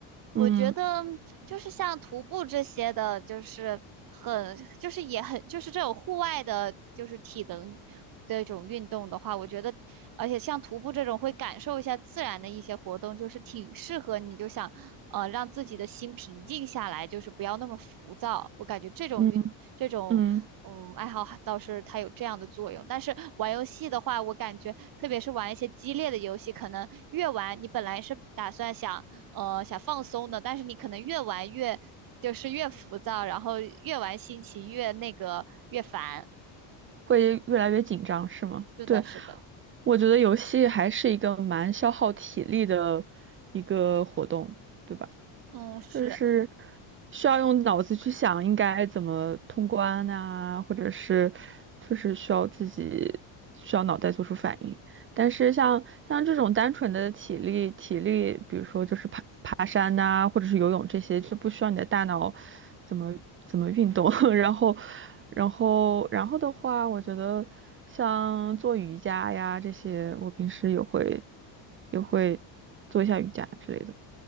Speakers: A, on the right; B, on the right.
A: 我觉得就是像徒步这些的，
B: 嗯
A: 就是很，就是也很，就是这种户外的，就是体能的一种运动的话，我觉得，而且像徒步这种会感受一下自然的一些活动，就是挺适合你，就想呃让自己的心平静下来，就是不要那么浮躁。我感觉这种运这种嗯爱好还倒是它有这样的作用，
B: 嗯嗯，
A: 但是玩游戏的话，我感觉特别是玩一些激烈的游戏，可能越玩你本来是打算想。呃想放松的，但是你可能越玩越就是越浮躁，然后越玩心情越那个越烦。
B: 会越来越紧张，是吗？
A: 是的，
B: 对，
A: 是的。
B: 我觉得游戏还是一个蛮消耗体力的一个活动，对吧？
A: 嗯，是。
B: 就是需要用脑子去想应该怎么通关呐、或者是就是需要自己需要脑袋做出反应。但是像像这种单纯的体力体力，比如说就是爬爬山呐、或者是游泳这些，就不需要你的大脑怎么怎么运动。<laughs> 然后然后然后的话，我觉得像做瑜伽呀这些，我平时也会也会做一下瑜伽之类的。